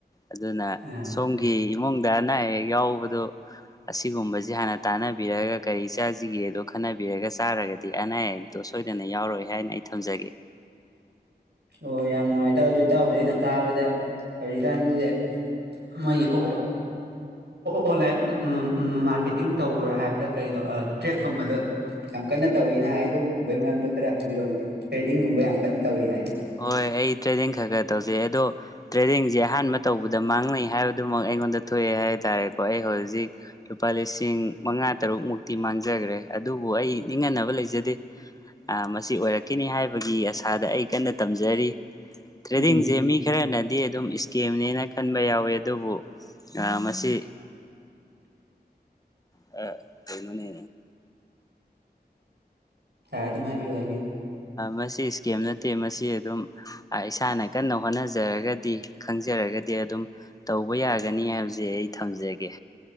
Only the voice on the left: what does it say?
ꯑꯗꯨꯅ
ꯁꯣꯝꯒꯤ ꯏꯃꯨꯡꯗ ꯑꯅꯥ ꯑꯌꯦꯛ ꯌꯥꯎꯕꯗꯣ ꯑꯁꯤꯒꯨꯝꯕꯕꯁꯤ ꯍꯥꯟꯅ ꯇꯥꯟꯅꯕꯤꯔꯒ ꯀꯔꯤ ꯆꯥꯁꯤꯒꯦꯗꯣ ꯈꯟꯅꯕꯤꯔꯒ ꯆꯥꯔꯒꯗꯤ ꯑꯅꯥ ꯑꯌꯦꯛꯛꯇꯣ ꯁꯣꯏꯗꯅ ꯌꯥꯎꯔꯏ ꯍꯥꯏꯅ ꯑꯩ ꯊꯝꯖꯒꯦ
ꯍꯣꯏ ꯑꯩ ꯇ꯭ꯔꯦꯗꯤꯡ ꯈꯔ ꯈꯔ ꯇꯧꯖꯩ ꯑꯗꯣ ꯇ꯭ꯔꯦꯗꯤꯡꯁꯦ ꯑꯍꯥꯟꯕ ꯇꯧꯕꯗ ꯃꯥꯡꯅꯩ ꯍꯥꯏꯕꯗꯨꯃꯛ ꯑꯩꯉꯣꯟꯗ ꯊꯣꯛꯑꯦ ꯍꯥꯏ ꯇꯥꯔꯦꯀꯣ ꯑꯩ ꯍꯧꯖꯤꯛ ꯂꯨꯄꯥ ꯂꯤꯁꯤꯡ ꯃꯉꯥ ꯇꯔꯨꯛ ꯃꯨꯛꯇꯤ ꯃꯥꯡꯖꯈ꯭ꯔꯦ ꯑꯗꯨꯕꯨ ꯑꯩ ꯅꯤꯡꯍꯟꯅꯕ ꯂꯩꯖꯗꯦ ꯃꯁꯤ ꯑꯣꯏꯔꯛꯀꯅꯤ ꯍꯥꯏꯕꯒꯤ ꯑꯁꯥꯗ ꯑꯩ ꯀꯟꯅ ꯇꯝꯖꯔꯤ ꯇ꯭ꯔꯦꯗꯤꯡꯁꯦ
ꯃꯤ ꯈꯔꯅ ꯗꯤ ꯑꯗꯨꯝ ꯏꯁꯀꯤꯝꯅꯦꯅ ꯈꯟꯕ ꯌꯥꯎꯋꯤ ꯑꯗꯨꯕꯨ ꯃꯁꯤ ꯑ ꯀꯩꯅꯣꯅꯦ
ꯃꯁꯤ ꯏꯁꯀꯦꯝ ꯅꯠꯇꯦ ꯃꯁꯤ ꯑꯗꯨꯝ ꯏꯁꯥꯅ ꯀꯟꯅ ꯍꯣꯠꯅꯖꯔꯒꯗꯤ ꯈꯪꯖꯔꯒꯗꯤ ꯑꯗꯨꯝ ꯇꯧꯕ ꯌꯥꯒꯅꯤ ꯍꯥꯏꯕꯁꯦ ꯑꯩ ꯊꯝꯖꯒꯦ